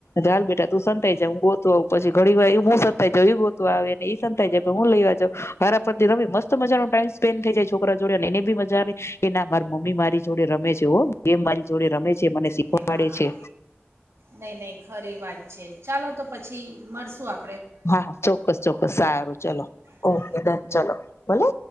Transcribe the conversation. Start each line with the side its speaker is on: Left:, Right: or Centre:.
Left: ચાલ બેટા તું સંતાય જા હું ગોતવા આવું પછી ઘડી વાર હું સંતાય જાવ ઈ ગોતવા આવેને ઈ પસંદ થાય જાય હું લઈવા જાવ વારા ફરથી નવી મસ્ત મજાનો ટાઈમ સ્પેન્ડ થઈ જાય છોકરા જોડે અને એને બી મજા આવે કે ના મારી મમ્મી મારી જોડે રમે છે હો મારી જોડે રમે છે મને શીખવાડે
Right: હા
Left: છે.
Right: નહીં નહીં ખરી વાત છે ચાલો તો પછી મળશું આ
Left: હા હા ચોક્કસ ચોક્કસ સારું ચલો
Right: હા
Left: ઓકે ડન ચલો ભલે.